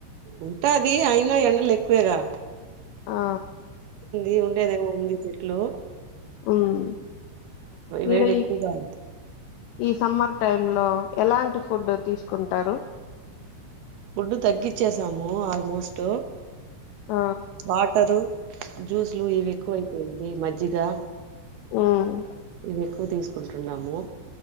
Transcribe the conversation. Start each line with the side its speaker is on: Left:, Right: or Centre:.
Right: ఉంటాది అయిన ఎండలు ఎక్కువేగా
Left: ఆ
Right: లీవ్ ఉండేదేమో ఉంది ఇప్పట్లో
Left: ఊమ్ మీరు
Right: వేడి ఎక్కువగా
Left: ఈ
Right: ఉంది.
Left: ఈ సమ్మర్ టైమ్ లో ఎలాంటి ఫుడ్ తీసుకుంటారు.
Right: ఫుడ్డు తగ్గిచ్చేశాము ఆల్మోస్ట్
Left: ఆ
Right: వాటరు, జ్యూస్లు ఇవి ఎక్కువైపోయింది మజ్జిగా
Left: ఊమ్
Right: ఇవి ఎక్కువ తీసుకుంటున్నాము.